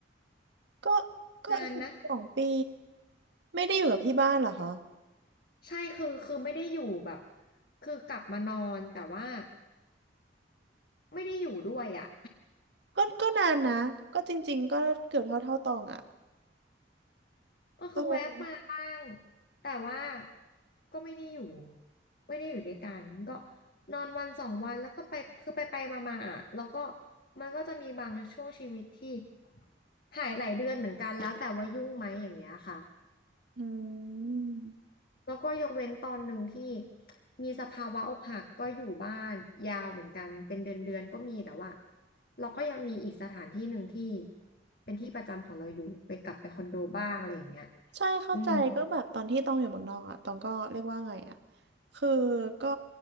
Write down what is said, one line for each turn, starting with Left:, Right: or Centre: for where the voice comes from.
Right: ก็ก็สิบสองปี
Left: นานนะ
Right: ไม่ได้อยู่กับที่บ้านเหรอคะ
Left: ใช่คือคือไม่ได้อยู่แบบคือกลับมานอนแต่ว่าไม่ได้อยู่ด้วยอ่ะ
Right: ก็ก็นานนะก็จริงๆก็เกือบเท่าเท่าตองอ่ะ
Left: <laughs> ก็คือแวบมาบ้าง
Right: เออ
Left: แต่ว่าก็ไม่ได้อยู่ไม่ได้อยู่ด้วยกันก็นอนวันสองวันแล้วก็ไปคือไปไปมามาอ่ะแล้วก็มันก็จะมีบางช่วงชีวิตที่หายหลายเดือนเหมือนกันแล้วแต่ว่ายุ่งไหมอย่างเงี้ยค่ะ
Right: อืม
Left: แล้วก็ยกเว้นตอนหนึ่งที่มีสภาวะอกหักก็อยู่บ้านยาวเหมือนกันเป็นเดือนเดือนก็มีแต่ว่าเราก็ยังมีอีกสถานที่หนึ่งที่เป็นที่ประจำของเราอยู่ไปกลับไปคอนโดบ้างอะไรอย่างเงี้ย
Right: ใช่เข้าใจก็แบบตอนที่ตองอยู่เมืองนอกอ่ะตองก็เรียกว่าไงอ่ะ
Left: อืม
Right: คือก็